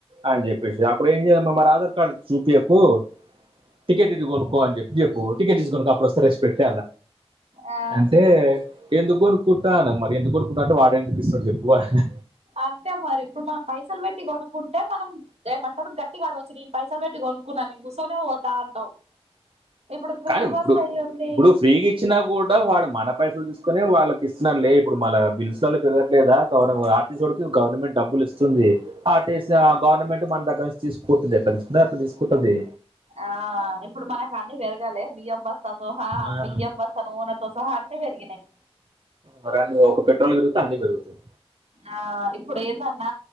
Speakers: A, on the right; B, on the right.
A: అని చెప్పేసి అప్పుడు ఏం చేయమ్మా మరి ఆధార్ కార్డ్ చూపియాకు టికెట్ ఇటు కొనుక్కో అని చెప్పి చెప్పు టికెట్ తీసుకో అప్పుడు వస్తే రెస్పెక్ట్
B: ఆ
A: అంటే ఎందుకు కొనుకుంటాను మరి ఎందు కొనుకుంటా అంటే వాడు ఎందుకు ఇస్తాడు చెప్పు అన్నా
B: అంతే మరి ఇప్పుడు మనం పైసలు పెట్టి కొనుక్కుంటే మనం దే మంట గట్టి అడగచ్చు నేను పైసలు పెట్టి కొనుకున్నా నేను కుసోనే పోతా అంటావు ఇప్పుడు ప్రీ
A: కానీ
B: బస్
A: ఇప్పుడు
B: అయి ఉండి
A: ఇప్పుడు ఫ్రీగా ఇచ్చినా కూడా వాడు మన పైసలు తీసుకుని వాళ్ళకి ఇస్తున్నారులే ఇప్పుడు మళ బిల్స్ వాల్ పెరగట్లేదా కవ ఇస్ సొంటి గవర్నమెంట్ డబ్బులు ఇస్తుంది ఆర్టీసీ ఆ గవర్నమెంట్ మన దగ్గర నుంచి తీసుకుంటుంది ఎక్కడ నుంచో అట్లా తీసుకుంటాది
B: ఆ ఇప్పుడు మనకు అన్ని పెరగాలే బియ్యం బస్తా తో సహా
A: ఆ,
B: బియ్యం బస్ నూనెతో సహా అన్ని పెరిగినాయి
A: మరి అ ఒక పెట్రోల్ పెరుగుతె అన్ని పెరుగుతాయి
B: ఆ ఇప్పుడు ఏందన్న